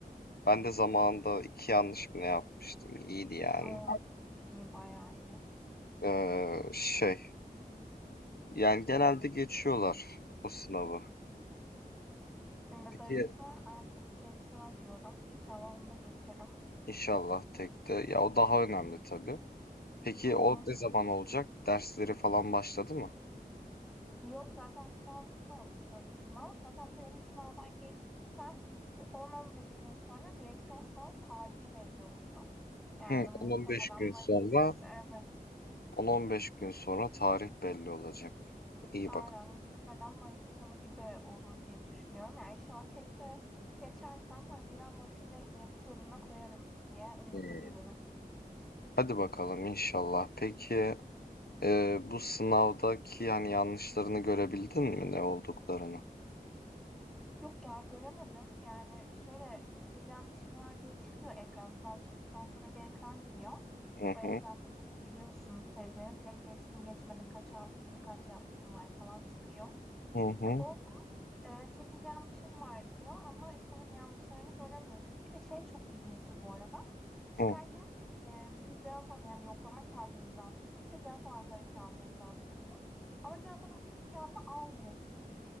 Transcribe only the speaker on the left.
Ben de zamanında iki yanlış mı ne yapmıştım? İyiydi yani.
Ee, şey yani genelde geçiyorlar o sınavı.
Peki
inşallah tek de ya o daha önemli tabii. Peki
o ne zaman olacak? Dersleri falan başladı mı?
Hı,
10-15 gün
sonra
10-15 gün sonra tarih belli olacak. İyi
bak.
Hı.
Hadi bakalım inşallah. Peki e, bu sınavdaki yani yanlışlarını görebildin mi ne olduklarını?
Hı
hı
hı
hı
hı